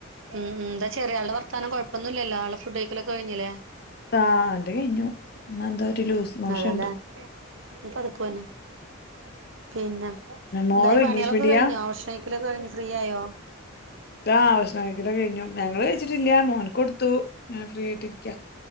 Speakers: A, on the right; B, on the left.
A: ഉം ഉം ന്താ ചെറിയാള്ടെ വർത്താനം കൊഴ പ്പൊന്നുല്ലല്ലേ ആള് ഫുഡെയ്ക്കലൊക്കെ കഴിഞ്ഞ്ല്ലേ.
B: ആ ഓന്റെ കയ്ഞ്ഞു, ന്ന്ന്താ ഒരു ലൂസ് മോഷൻണ്ട്
A: അതേല്ലേ അപ്പ അതുക്കു എന്നെ. പിന്നെ,
B: മോള്
A: ന്തായി പണ്യേളൊക്കെ
B: ഇംഗ്ലീഷ് മീഡിയാ
A: കഴിഞ്ഞോ ഭഷണയ്ക്കലൊക്കഴിഞ്ഞ് ഫ്രീയായോ?
B: ആഹ് ഭശഷണം കയ്ക്കലൊക്കെയ്ഞ്ഞു ഞങ്ങളെയ്ച്ചിട്ടില്ല മോന്ക്കൊട്ത്തു ങ്ങനെ ഫ്രീയാട്ടിരിക്കാ.